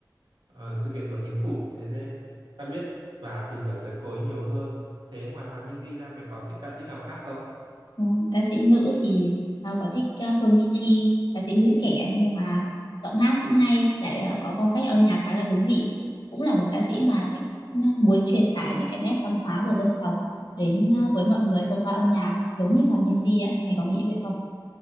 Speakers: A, on the right; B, on the left.
A: ờ, sự kiện của chính phủ thế nên ta biết và tìm hiểu tới cô ấy nhiều hơn. Thế ngoài Hoài Minh Di ra mày có thích ca sĩ nào khác không?
B: Ừ, ca sĩ nữ thì tao có thích uh, Phương Mỹ Chi, ca sĩ nữ trẻ nhưng mà giọng hát cũng hay, lại ờ, có phong cách âm nhạc khá là thú vị. Cũng là một ca sĩ mà thích ờ, muốn truyền tải những cái nét văn hóa của dân tộc đến ờ, với mọi người thông qua âm nhạc, giống như Hòa Minzy ấy. Mày có nghĩ vậy không?